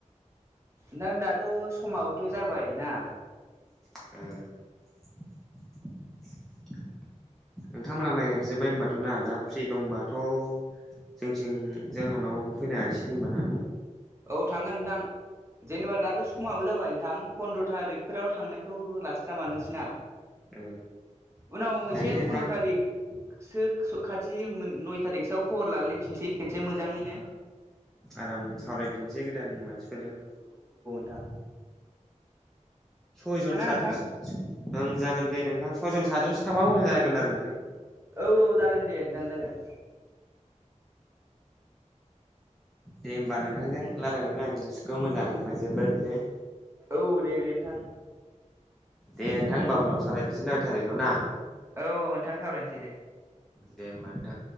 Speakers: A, on the right (about 20°); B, in the centre.
A: नों दाथ'श समाबोथ जाबाय ना।
B: <unintelligible> नोंथांमोना माइ गायजोब्बाय होनबाथ ना दा। फ्रि दंबाथ जोंथिं जोंहानाव फैनो हासिगोन होनबाना।
A: औ थांगोन नोंथां। जेनेबा दाथ समाबो जाबाय नोंथां पन्द्र थारिखफोराव थांनायखौ लास्रा मानोसैनाा।
B: ओ
A: उनाव एसे
B: जायो नोंथां
A: फन्द्र थारिखसो खाथि नय थारिखसोआव। खबर लालायफिनसै खनसे मोजाङैनो।
B: आराम सावरायफिनसै गोदान मानसिफोरजों।
A: थां
B: सयजन सातजनसो
A: नोंथां
B: ओं जागोन दे नोंथां सयजन सातजनसो थांबा मोजां जागोन आरो नोंथां।।
A: औ औ जागोन दे नोंथां जागोन।
B: दे होमबा नोंथांजों रायलायनानै आं गोसोखौ मोजां मोनबाय जोबोद दे।
A: औ दे दे नोंथां।
B: दे नोंथां होनबा उनाव सावरायफिनसै थारिखाव ना।
A: औ नोंथां सावरायनोसै दे।
B: दे होमबा नोंथां।